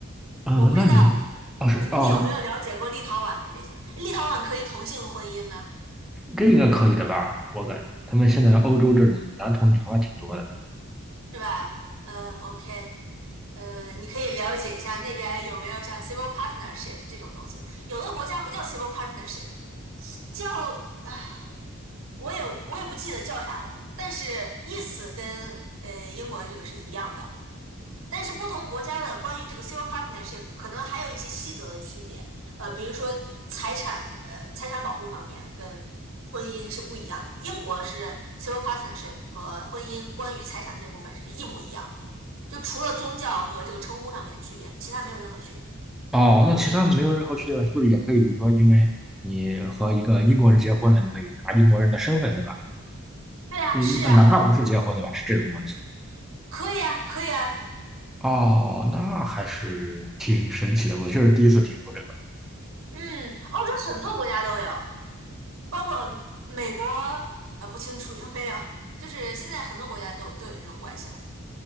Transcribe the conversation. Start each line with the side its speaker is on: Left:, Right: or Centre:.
Centre: 嗯，
Right: 我不知道
Centre: 那你哦是哦，
Right: 你你有没有了解过立陶宛的这些？立陶宛可以同性婚姻吗？
Centre: 这应该可以的吧？我感觉他们现在欧洲这里男同女同还挺多的。
Right: 是吧？呃，OK，呃，你可以了解一下那边有没有像 civil partnership 这种东西。有的国家不叫 civil partnership，叫啊。我也我也不记得叫啥了，但是意思跟呃英国的这个是一样的，但是不同国家的关于这个 civil partnership 可能还有一些细则的区别，呃，比如说财产呃财产保护方面跟婚姻是不一样的，英国是 civil partnership 和婚姻关于财产这部分是一模一样的，就除了宗教和这个称呼上面的区别，其他没有任何区别。
Centre: 哦，那其他没有任何区别，是不是也可以？比如说，因为你和一个英国人结婚了，你可以拿英国人的身份，对吧？
Right: 对呀，
Centre: 嗯，
Right: 是呀，
Centre: 哪怕不是结婚，对吧？是这种关系。
Right: 可以啊，可以啊，
Centre: 哦，那还是挺神奇的，我确实第一次听说这个。
Right: 嗯，欧洲很多国家都有。包括美国，呃，不清楚有没有，就是现在很多国家都都有这种关系了。